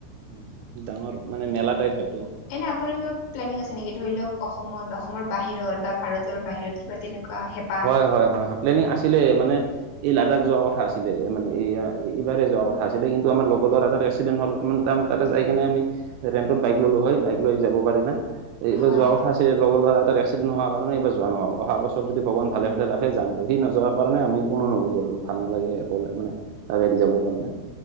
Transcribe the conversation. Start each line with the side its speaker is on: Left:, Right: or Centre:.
Right: উম ডাঙৰ মানে মেলা টাইপ সেইটো
Left: এনে আপোনাৰ কিবা প্লেনিং আছে নেকি ধৰিলওঁক অসমত বা অসমৰ বাহিৰত বা ভাৰতৰ বাহিৰত কিবা তেনেকুৱা হে
Right: হয় হয় হয় হয় প্লেনিং আছিলে মানে এই লাডাখ যোৱা কথা আছিলে মানে এ এইবাৰেই যোৱা কথা আছিলে কিন্তু আমাৰ লগৰ ল'ৰা এটাৰ এক্সিডেণ্ট হল তাতে যাই কিনে আমি ৰেন্টত বাইক ললো হয় বাইক লৈ যাব পাৰি না এইবাৰ
Left: হয়
Right: যোৱা কথা আছিলে লগৰ ল'ৰা এটাৰ এক্সিডেণ্ট হোৱাৰ কাৰণে এইবাৰ যোৱা নহল অহা বছৰত যদি ভগৱান ভালে ভালে ৰাখে যাম আৰু সি নযোৱাৰ কাৰণে আমি কোনো নগ'লোঁ আৰু ভাল নালাগে অকলে মানে তাক এৰি যাব কাৰণে